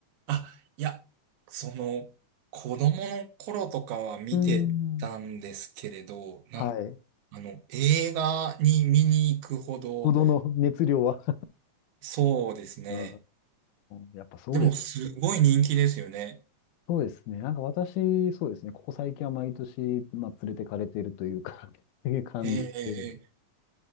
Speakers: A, on the right; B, on the left.
A: あ、いや、その、子供の頃とかは見てたんですけれど、
B: うーん。
A: なん、
B: はい。
A: あの、映画に見に行くほど、
B: ほどの熱量は。
A: そうですね。
B: <laughs> うーん、やっぱそうです。
A: でも、すごい人気ですよね。
B: そうですね。なんか私、そうですね。ここ最近は毎年、まあ、連れてかれているというか <laughs> っていう感じで。
A: ええ、